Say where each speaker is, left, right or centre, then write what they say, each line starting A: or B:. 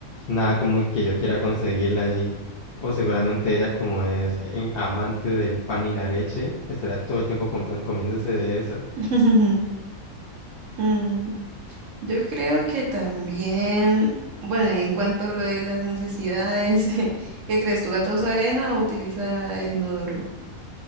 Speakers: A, on the left; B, on the right.
A: Nada como que yo quiera conseguirla allí. O seguramente ella como es en- amante del pan y la leche, estará todo el tiempo compra- comiéndose de eso.
B: <laughs> Mm, Yo creo que también, bueno, y en cuanto a lo de las necesidades, <laughs> ¿qué crees? ¿Tu gato usa arena o utiliza el inodoro?